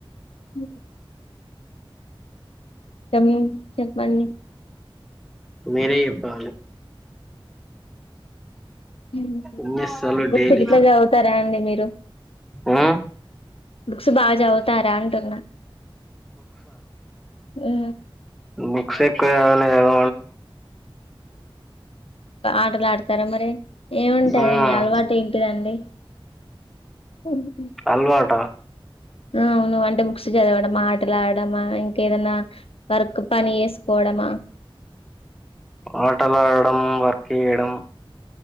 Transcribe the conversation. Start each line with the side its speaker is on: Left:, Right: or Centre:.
Left: ఉమ్ సమయం చెప్పండి
Centre: మీరే చెప్పాలి.
Left: ఉమ్
Centre: ఏం చేస్తాలు
Left: బుక్స్
Centre: డైలీ
Left: గిట్ల చదువుతరా అండి మీరు?
Centre: ఆ
Left: బుక్స్ బా చదువుతారా అంటున్నా? ఆ
Centre: బుక్స ఎక్కువ చదవలేదు.
Left: ఆటలు ఆడతారా మరి, ఏముంటాయి
Centre: మ్మ్
Left: మీ అలవాటు ఏంటిదండీ? <unintelligible>
Centre: అల్వాటా
Left: ఉమ్ అవును అంటే బుక్స్ చదవడమా, మాటలాడడమా, ఇంకేదన్నా? వర్క్ పని చేసుకోవడమా?
Centre: ఆటలు ఆడడం, వర్క్ చేయడం